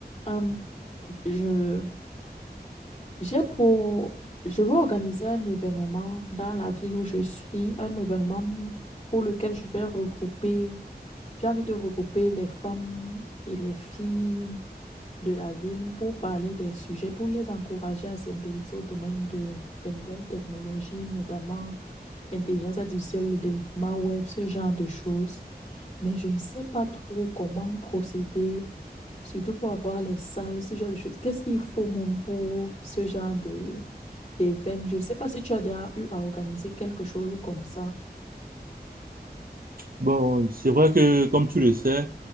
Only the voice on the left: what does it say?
Hum, je, j'ai pour, je veux organiser un événement dans la ville où je suis, un événement pour lequel je vais regrouper, j'ai envie de regrouper les femmes et les filles de la ville pour parler des sujets, pour les encourager à s'intéresser au domaine de, des nouvelles technologies, notamment l'intelligence artificielle, le développement web, ce genre de choses mais je ne sais pas trop comment procéder, surtout pour avoir les salles, ce genre de choses. Qu'est-ce qu'il faut même pour ce genre de d'événement? Je ne sais pas si tu as déjà eu à organiser quelque chose comme ça.